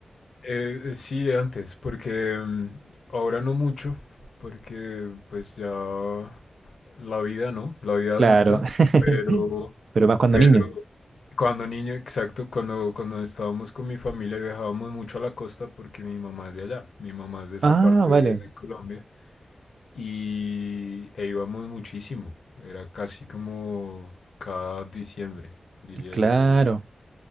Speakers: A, on the left (about 80°); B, on the right (about 70°).
A: Eh, eh, sí, antes, porque mm, ahora no mucho, porque pues ya la vida, ¿no? La vida
B: Claro,
A: adulta, pero,
B: <laughs> pero más cuando
A: pero
B: niño.
A: cuando niño, exacto, cuando, cuando estábamos con mi familia viajábamos mucho a la costa porque mi mamá es de allá, mi mamá es de esa
B: Ah,
A: parte
B: vale,
A: de de Colombia. y e íbamos muchísimo. Era casi como cada diciembre, diría
B: claro.
A: yo.